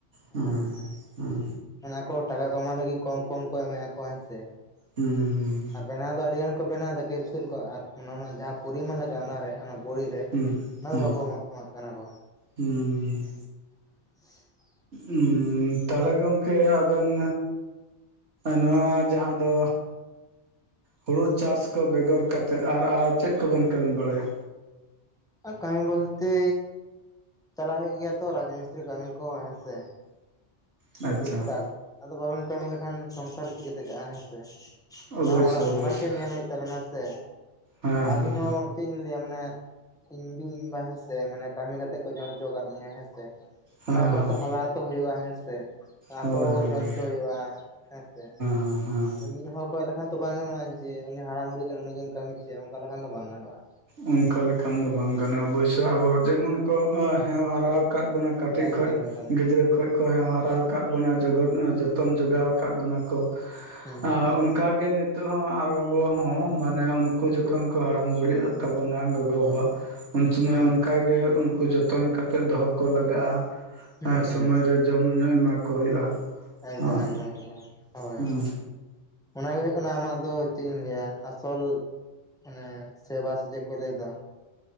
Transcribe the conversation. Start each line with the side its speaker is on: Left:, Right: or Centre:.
Right: ᱦᱟᱸ
Centre: ᱦᱮᱸ ᱦᱮᱸ
Right: ᱦᱟᱸ
Centre: ᱢᱟᱱᱮ ᱟᱠᱚ ᱴᱟᱠᱟ ᱠᱟᱢᱟᱣ ᱞᱟᱹᱜᱤᱫ ᱠᱚᱢ ᱠᱚᱢ ᱠᱚ ᱮᱢᱮᱜ ᱟᱠᱚ ᱦᱮᱸᱥᱮ᱾
Right: ᱦᱩᱸ ᱦᱩᱸ ᱾
Centre: ᱟᱨ ᱵᱮᱱᱟᱣ ᱫᱚ ᱟᱹᱰᱤ ᱜᱟᱱ ᱠᱚ ᱵᱮᱱᱟᱣ ᱮᱫᱟ ᱠᱮᱯᱥᱩᱞ ᱠᱚ ᱟᱨ ᱚᱱᱟ ᱚᱱᱟ ᱡᱟᱦᱟᱸ ᱯᱚᱨᱤᱢᱟᱱ ᱞᱟᱜᱟᱜᱼᱟ ᱚᱱᱟᱨᱮ ᱵᱳᱲᱤ ᱨᱮ
Right: ᱦᱩᱸ
Centre: ᱚᱱᱟ
Right: ᱦᱩᱸ
Centre: ᱫᱚ ᱵᱟᱠᱚ ᱮᱢᱟᱜ ᱮᱢᱟᱜ ᱠᱟᱱᱟ ᱠᱚ᱾
Right: ᱦᱩᱸ,
Centre: <unintelligible>
Right: ᱩᱸ ᱛᱟᱦᱚᱞᱮ ᱜᱚᱝᱠᱮ ᱟᱵᱮᱱ ᱱᱚᱣᱟ ᱡᱟᱦᱟᱸ ᱫᱚ ᱦᱳᱲᱳ ᱪᱟᱥ ᱠᱚ ᱵᱮᱜᱚᱨ ᱠᱛᱮᱫᱽ ᱟᱨ ᱟᱨ ᱪᱮᱫ ᱠᱚᱵᱮᱱ ᱠᱟᱹᱢᱤ ᱵᱟᱲᱟᱭᱟ?
Centre: ᱠᱟᱹᱢᱤ ᱵᱚᱞᱛᱮ ᱪᱟᱞᱟᱣ ᱦᱩᱭᱩᱜ ᱜᱮᱭᱟ ᱛᱚ ᱨᱟᱡ ᱢᱤᱥᱛᱨᱤ ᱠᱟᱹᱢᱤ ᱠᱚ ᱦᱮᱸᱥᱮ᱾
Right: ᱟᱪᱪᱷᱟ
Centre: ᱴᱩᱠ ᱴᱟᱠ ᱟᱫᱚ ᱵᱟᱵᱤᱱ ᱠᱟᱹᱢᱤ ᱞᱮᱠᱷᱟᱱ ᱥᱚᱝᱥᱟᱨ ᱪᱤᱠᱟᱹᱛᱮ ᱠᱟᱜᱼᱟ ᱦᱮᱸ ᱥᱮ᱾
Right: ᱚᱵᱚᱥᱥᱳᱭ
Centre: ᱚᱱᱟ ᱦᱚᱸ ᱚᱲᱟᱜ
Right: ᱚᱵᱚᱥᱥᱳᱭ
Centre: ᱜᱷᱟᱨᱚᱸᱡᱽ ᱦᱚᱸ ᱧᱮᱞ ᱦᱩᱭᱩᱜ ᱛᱟᱵᱤᱱᱟ ᱥᱮ
Right: ᱦᱮᱸ ᱦᱮᱸ
Centre: ᱟᱵᱤᱱ ᱦᱚᱸ ᱪᱮᱜᱞᱤᱧ ᱞᱟᱹᱭᱟ ᱢᱟᱱᱮ ᱤᱧ ᱡᱩ ᱤᱧ ᱵᱟ ᱦᱮᱸᱥᱮ ᱢᱟᱱᱮ ᱠᱟᱹᱢᱤ ᱠᱟᱛᱮᱜ ᱠᱚ ᱡᱚᱢ ᱦᱚᱪᱚ ᱠᱟᱜ ᱞᱤᱧᱟᱹ ᱦᱮᱸᱥᱮ᱾
Right: ᱦᱮᱸ
Centre: ᱚᱱᱟ ᱠᱚ
Right: ᱦᱮᱸ
Centre: ᱦᱚᱸ ᱛᱚ
Right: ᱦᱮᱸ
Centre: ᱦᱟᱞᱟ ᱚᱛᱚ ᱦᱩᱭᱩᱜᱼᱟ ᱦᱮᱸᱥᱮ᱾ ᱟᱠᱚ
Right: ᱦᱳᱭ ᱦᱳᱭ
Centre: ᱦᱚᱸ ᱠᱚ ᱡᱚᱢ
Right: ᱦᱳᱭ
Centre: ᱦᱚᱪᱚ ᱦᱩᱭᱩᱜᱼᱟ ᱦᱮᱸ ᱥᱮ
Right: ᱦᱮᱸ ᱦᱮᱸ
Centre: ᱢᱤᱫ ᱦᱚᱲ ᱠᱚᱭᱚᱜ ᱞᱮᱠᱷᱟᱱ ᱛᱚ ᱵᱟᱝ ᱜᱟᱱᱚᱜᱼᱟ ᱡᱮ ᱩᱱᱤ ᱦᱟᱲᱟᱢ ᱵᱩᱲᱷᱤᱜ ᱠᱟᱱᱟᱭᱮ ᱩᱱᱤ ᱜᱮᱢ ᱠᱟᱹᱢᱤ ᱦᱚᱪᱚᱭᱟ ᱚᱱᱠᱟ ᱞᱮᱠᱷᱟᱱ ᱫᱚ ᱵᱟᱝ ᱜᱟᱱᱚᱜᱼᱟ᱾
Right: ᱚᱱᱠᱟ ᱞᱮᱠᱷᱟᱱ ᱫᱚ ᱵᱟᱝ ᱜᱟᱱᱚᱜᱼᱟ ᱚᱵᱟᱹᱭᱥᱳ
Centre: ᱦᱳᱭ
Right: ᱟᱵᱚ
Centre: ᱦᱳᱭ
Right: ᱡᱮᱢᱚᱱ ᱠᱚ ᱦᱮᱣ ᱦᱟᱨᱟᱣ
Centre: ᱦᱮᱸ
Right: ᱠᱟᱫ ᱵᱚᱱᱟ ᱠᱟᱴᱤᱡ
Centre: ᱮᱠᱫᱚᱢ
Right: ᱠᱷᱚᱡ
Centre: ᱮᱠᱫᱚᱢ
Right: ᱜᱤᱫᱽᱨᱟᱹ ᱠᱷᱚᱡ ᱠᱚ ᱦᱮᱣ ᱦᱟᱨᱟᱣ᱾ ᱠᱟᱫ ᱵᱚᱱᱟ ᱡᱚᱜᱚᱱ
Centre: ᱦᱩᱸ
Right: ᱡᱚᱛᱚᱱ ᱡᱚᱜᱟᱣ ᱠᱟᱫ ᱵᱚᱱᱟᱣ ᱠᱚ
Centre: ᱦᱩᱸ
Right: ᱟ
Centre: ᱦᱩᱸ
Right: ᱠᱟᱜᱮ ᱜᱮ ᱱᱤᱛᱚᱜ ᱦᱚᱸ ᱟᱵᱚ ᱟᱵᱚᱴᱣᱟᱜ ᱦᱚᱸ ᱢᱟᱱᱮ ᱩᱱᱠᱩ ᱡᱚᱠᱷᱚᱱ ᱠᱚ ᱦᱟᱲᱟᱢ ᱵᱩᱲᱦᱤᱜ ᱛᱟᱵᱚᱱᱟ ᱜᱚ ᱜᱚ,
Centre: ᱦᱳᱭ
Right: ᱵᱟᱵᱟ ᱩᱱ ᱥᱚᱢᱚᱭ
Centre: ᱦᱮᱸ
Right: ᱦᱚ ᱚᱱᱠᱟᱜᱮ ᱩᱱᱠᱩ ᱡᱚᱛᱚᱱ ᱠᱟᱛᱮᱫ ᱫᱚᱦᱚ ᱠᱚ ᱞᱟᱜᱟᱜᱼᱟ᱾
Centre: ᱦᱩᱸ
Right: ᱦᱮᱸ
Centre: ᱦᱩᱸ
Right: ᱥᱚᱢᱚᱭ ᱨᱮ ᱡᱚᱢ ᱧᱩ ᱮᱢᱟ ᱠᱚ ᱦᱩᱭᱩᱜᱼᱟ᱾
Centre: ᱮᱠᱫᱚᱢ
Right: ᱦᱮᱸ
Centre: ᱮᱠᱫᱚᱢ ᱮᱠᱫᱚᱢ ᱮᱠᱫᱚᱢ ᱦᱳᱭ
Right: ᱦᱩᱸ
Centre: ᱚᱱᱟᱱᱟᱜᱮ ᱦᱩᱭᱩᱜ ᱠᱟᱱᱟ ᱟᱢᱟᱜ ᱫᱚ ᱪᱮᱫ ᱤᱧ ᱞᱟᱹᱭᱟ ᱟᱥᱚᱞ ᱢᱟᱱᱮ ᱥᱮᱵᱟ ᱥᱮ ᱪᱮᱫ ᱠᱚ ᱞᱟᱹᱭ ᱫᱚ᱾